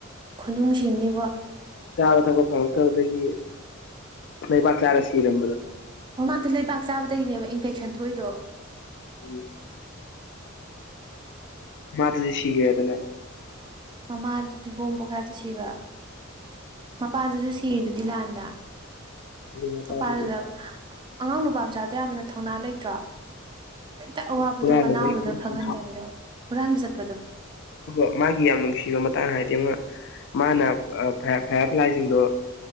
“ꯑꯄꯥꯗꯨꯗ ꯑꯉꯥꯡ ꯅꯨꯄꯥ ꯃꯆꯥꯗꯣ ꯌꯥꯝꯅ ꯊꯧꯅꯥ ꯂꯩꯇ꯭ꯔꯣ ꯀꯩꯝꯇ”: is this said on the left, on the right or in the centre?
Right